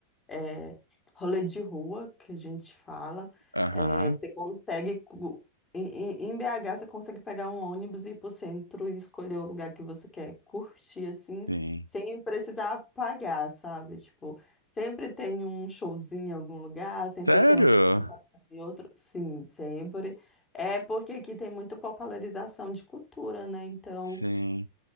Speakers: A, on the left; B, on the right.
A: é, rolê de rua, que a gente fala.
B: Aham.
A: É, você consegue, cu- em, em em BH, você consegue pegar um ônibus e ir pro centro e escolher o lugar que você quer curtir, assim,
B: Sim.
A: sem precisar pagar, sabe? Tipo, sempre tem um showzinho em algum lugar, sempre
B: Sério?
A: tem um apresentação em outro. Sim, sempre. É porque aqui tem muita popularização de cultura, né? Então,
B: Sim.